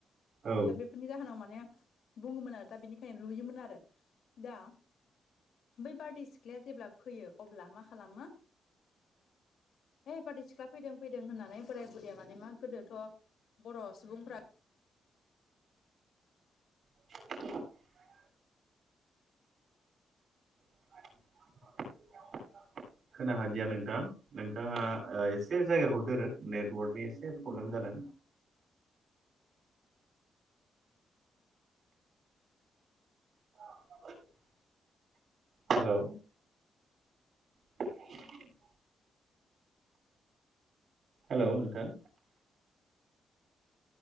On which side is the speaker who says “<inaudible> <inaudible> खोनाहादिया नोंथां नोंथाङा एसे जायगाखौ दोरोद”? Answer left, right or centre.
Right